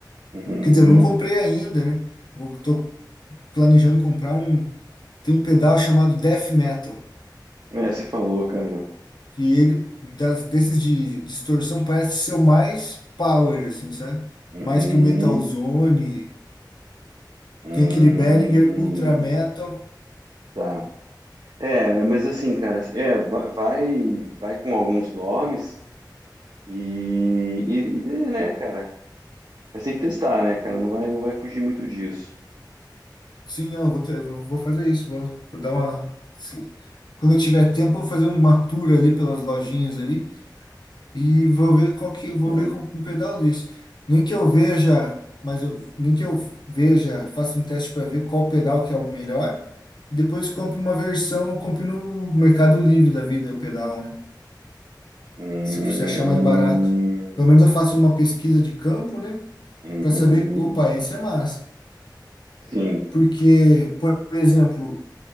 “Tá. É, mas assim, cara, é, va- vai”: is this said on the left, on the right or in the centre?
Right